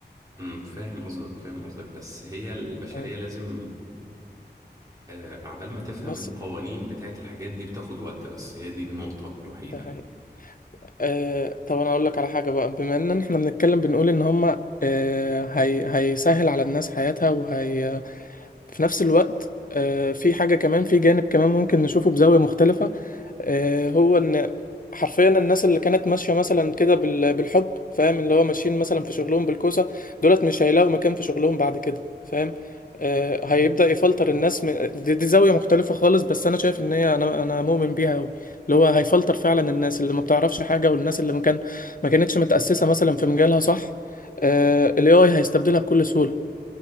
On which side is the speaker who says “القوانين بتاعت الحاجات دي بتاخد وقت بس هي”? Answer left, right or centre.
Right